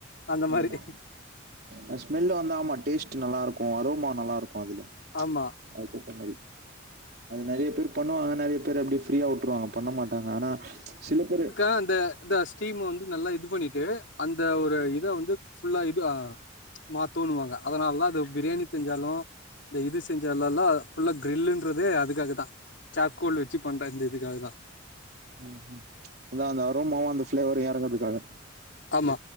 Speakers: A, on the left; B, on the right.
A: அந்த மாரி
B: ஆமா அது ஸ்மெல்லு வந்து ஆமா டேஸ்ட்டு நல்லா இருக்கு அரோமா நல்லா இருக்கு அதுல
A: ஆமா
B: ஆல்சோ பண்ணவை அது நெறைய பேர் பண்ணுவாங்க நெறைய பேர் அப்டி ஃப்ரீயா உட்ருவாங்க பண்ண மாட்டாங்க ஆனா சில பேரு
A: ஆ அந்த அந்த ஸ்டீம வந்து நல்லா இது பண்ணிட்டு அந்த ஒரு இத வந்து ஃபுல்லா இது ஆ மாத்தோணுவாங்க அதனால்தா அது பிரியாணி செஞ்சாலு இந்த இது செஞ்சாலலா ஃபுல்லா கிரில்ன்றதே அதுக்காகதான சார்கோல் வச்சு பண்ற இந்த இதுக்காகதா
B: ம் ம் அதா அந்த அரோமாவு அந்த ஃப்ளேவரு எறங்குறதுக்காக
A: ஆமா